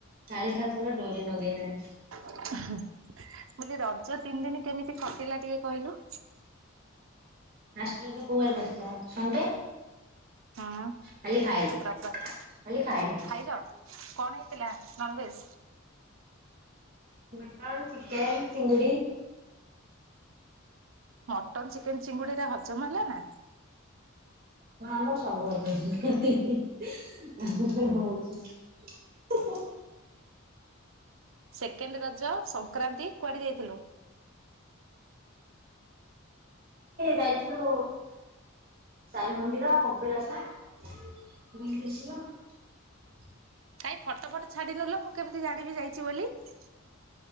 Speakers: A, on the right; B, on the right.
A: କାଳି ଠାକୁର ଡୋରି ନଗେଇନାହି।
B: ମୁଁ କହିଲି ରଜ ତିନି ଦିନ କେମିତି ଖଟିଲା ଟିକେ କହିଲୁ।
A: ଫାଷ୍ଟ ରଜ କୋଉ ବାର ପଡ଼ିଥିଲା ସଣ୍ଡେ।
B: ହଁ।
A: ଖାଲି ଖାଇନି
B: ରବିବାରେ
A: ଖାଲି ଖାଇନି।
B: ଖାଇଲ କଣ ହେଇଥିଲା ନନଭେଜ?
A: ମଟନ୍ ଚିକେନ ଚିଙ୍ଗଡି।
B: ମଟନ୍ ଶିଖ। ଚେକେନ୍ ଚିଙ୍ଗୁଡିରେ ହଜମ ହେଲା ନା।
A: ହଁ ଆମର ସବୁ। <unintelligible> <inaudible>
B: ସେକେଣ୍ଡ ରଜ ସଂକ୍ରାନ୍ତି କୁଆଡେ ଯାଇଥିଲୁ।
A: ଯାଇଥିଲୁ ସାଇ ମନ୍ଦିର କପିଳାସ ବୁଲିଆସିଲୁ ଆଉ।
B: କାଇ ଫଟୋ ଫଟ ଛାଡିନୁଲ ମୁଁ କେମିତି ଜାଣିବି ଯାଇଛି ବୋଲି। <unintelligible>